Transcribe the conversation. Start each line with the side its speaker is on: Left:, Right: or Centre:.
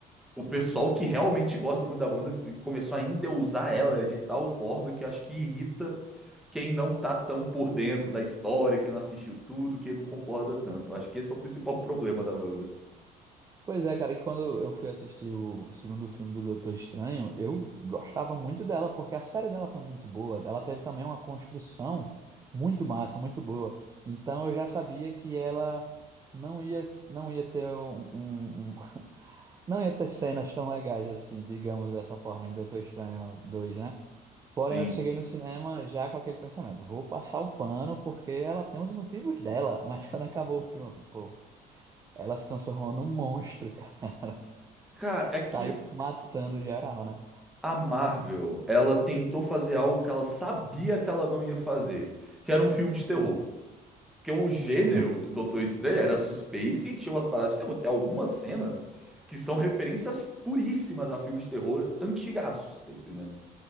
Centre: O pessoal que realmente gosta muito da Wanda começou a endeusar ela de tal forma que acho que irrita quem não tá tão por dentro da história, quem não assistiu tudo, quem não concorda tanto. Acho que esse é o principal problema da Wanda.
Right: Pois é, cara, e quando eu fui assistir o segundo filme do Doutor Estranho, eu gostava muito dela, porque a série dela foi muito boa. Ela teve também uma construção muito massa, muito boa. Então eu já sabia que ela não ia, não ia ter um, um- um- <laughs> não ia ter cenas tão legais assim, digamos dessa forma, em Doutor Estranho 2, né? Porém,
Centre: Sim.
Right: eu cheguei no cinema já com aquele pensamento, vou passar o pano porque ela tem os motivos dela, mas <laughs> quando acabou o filme, eu falei, pô, ela se transformou num monstro, cara.
Centre: Cara, é que
Right: Saiu matando geral, né?
Centre: A Marvel, ela tentou fazer algo que ela sabia que ela não ia fazer, que era um filme de terror. Porque o gênero
Right: Sim.
Centre: do Doutor Estranho era suspense e tinha umas paradas de terror. Tem algumas cenas que são referências puríssimas a filmes de terror antigaços, tá entendendo?